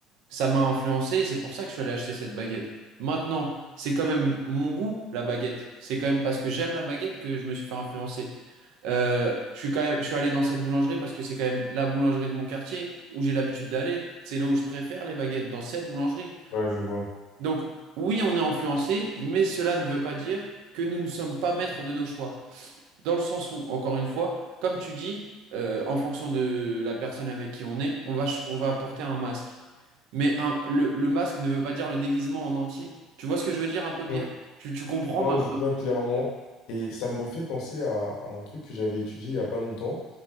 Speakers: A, on the right; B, on the left.
A: Ça m'a influencé et c'est pour ça que je suis allé acheter cette baguette. Maintenant, c'est quand même mon goût, la baguette. C'est quand même parce que j'aime la baguette que je me suis fait influencer. Euh, je suis quand même, je suis allé dans cette boulangerie parce que c'est quand même la boulangerie de mon quartier où j'ai l'habitude d'aller. C'est là où je préfère les baguettes, dans cette boulangerie.
B: ouais, je vois.
A: Donc, oui, on est influencé, mais cela ne veut pas dire que nous ne sommes pas maîtres de nos choix. Dans le sens où, encore une fois, comme tu dis, euh, en fonction de la personne avec qui on est, on va, ch- on va porter un masque. Mais un, le, le masque ne veut pas dire le déguisement en entier. Tu vois ce que je veux dire un peu, Pierre?
B: Mm.
A: Tu, tu comprends
B: Non,
A: ma...
B: je vois clairement. Et ça me refait penser à, à un truc que j'avais étudié il n'y a pas longtemps.